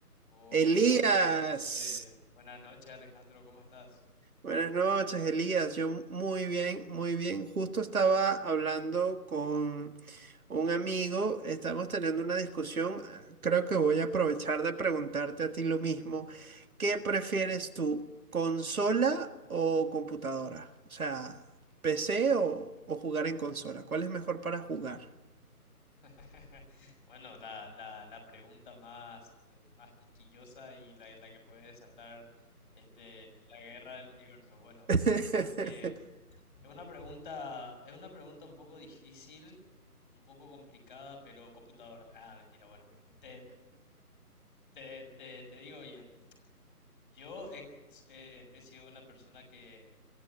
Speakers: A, on the left; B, on the right.
A: Hola,
B: Elías,
A: buenas noches. Buenas noches, Alejandro, ¿cómo estás?
B: buenas noches, Elías. Yo muy bien, muy bien. Justo estaba hablando con un amigo, estamos teniendo una discusión. Creo que voy a aprovechar de preguntarte a ti lo mismo. ¿Qué prefieres tú, consola o computadora? O sea, PC o, o jugar en consola. ¿Cuál es mejor para jugar?
A: <laughs> Bueno, la, la, la pregunta más, más quisquillosa y la, la que puede desatar este, la guerra del universo. Bueno,
B: <laughs>
A: em, es una pregunta, es una pregunta un poco difícil, un poco complicada, pero computadora. Ah, mentira, bueno. Te, te, te, te digo bien. Yo he, eh, he sido una persona que,